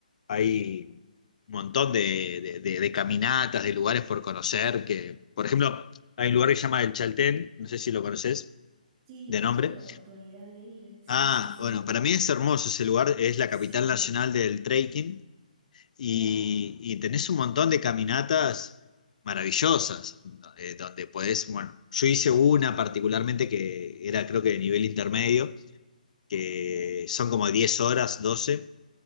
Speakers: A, on the left; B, on the right.
A: hay un montón de, de- de- de caminatas, de lugares por conocer, que, por ejemplo, hay un lugar que se llama El Chaltén, no sé si lo conoces
B: Sí,
A: de nombre.
B: tuve la oportunidad de ir, sí,
A: Ah,
B: sí, sí.
A: bueno, para mí es hermoso ese lugar, es la
B: Sí,
A: capital nacional del trekking y,
B: claro,
A: y tenés un montón de caminatas maravillosas, eh, donde podés, bueno, yo hice una particularmente que era creo que de nivel intermedio, que
B: bien.
A: son como 10 horas, 12